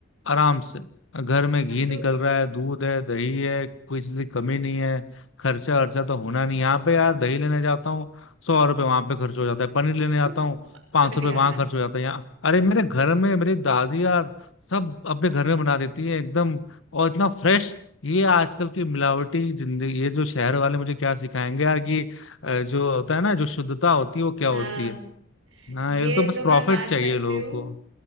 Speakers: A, on the left; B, on the right.
A: आराम से घर में घी
B: हाँ
A: निकल
B: तो
A: रहा है दूध है दही है कोई चीज की कमी नहीं है खर्चा खर्चा तो होना नहीं यहाँ पे यार दही लेने जाता हूँ सौ रुपये वहां पे खर्च हो जाता है पनीर लेने
B: <laughs>
A: जाता हूँ पाँच
B: अरे
A: सौ रुपये
B: यार
A: वहां खर्च हो जाता है यहाँ अरे मेरे घर में मेरी दादी यार सब अपने घर में बना देती है एकदम और इतना फ्रेश ये आजकल की मिलावटी जिंदगी ये जो शहर वाले मुझे क्या सिखाएंगे यार कि अ, जो होता है ना जो शुद्धता होती है वो क्या होती
B: हाँ
A: है हाँ
B: ये
A: ये तो बस
B: तो
A: प्रॉफिट
B: मैं मान
A: चाहिए
B: सकती
A: लोगों
B: हूँ
A: को